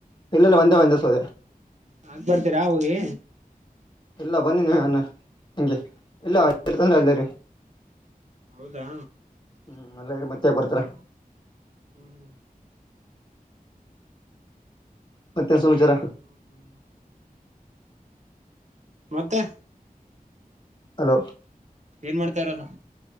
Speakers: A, on the left (about 30°); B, on the right (about 50°).
A: ಇಲ್ಲ ಇಲ್ಲ ಒಂದೆ ಒಂದೇ ಸೌದೆ
B: ಹಾಕ್ ಬರ್ತೀರಾ ಹೋಗಿ
A: ಇಲ್ಲ ಬನ್ನಿ ನೀ ಅನ್ನ ಹಗೆ
B: ಹ್ಮ್
A: ಇಲ್ಲಂದ್ರೆ ಅಲ್ಲ
B: ಹೌದಾ
A: ಹ್ಮ್ ಇರಿ ಮತ್ತೆ ಯಾಕೆ ಬರ್ತೀರಾ
B: ಹ್ಮ್
A: ಮತ್ತೇನ್ ಸಮಾಚಾರ
B: ಹ್ಮ್ ಹ್ಮ್ ಮತ್ತೆ
A: ಹಲೋ
B: ಏನ್ ಮಾಡ್ತಾಇರದು